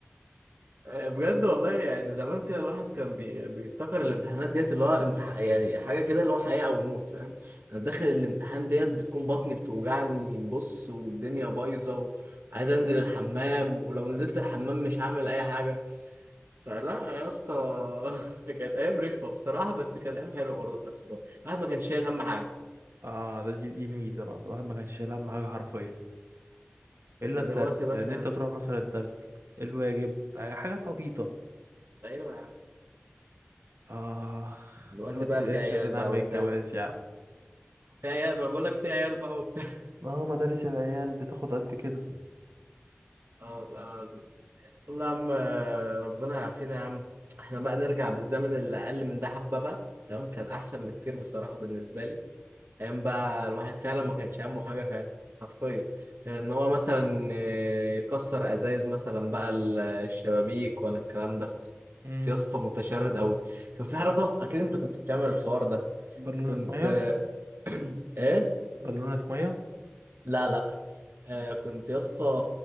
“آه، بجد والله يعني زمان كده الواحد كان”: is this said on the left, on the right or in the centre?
Right